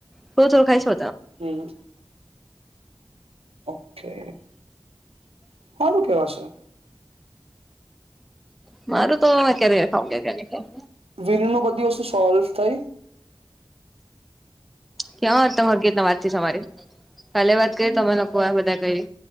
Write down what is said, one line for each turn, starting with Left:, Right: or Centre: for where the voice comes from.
Centre: થોડુ થોડુ ખાય છો
Right: હમ ઓકે. હારુ કેવાશે.
Centre: મારું. તો મે ક્યારે ખાઉં ક્યારે ખાઉં
Right: વિલ ની બધી વસ્તુ સોલ્વ થઈ.
Centre: ક્યાં તર કેતના વાત છે તમારી. કાલે વાત કરી તમે લોકો આ બધા કરી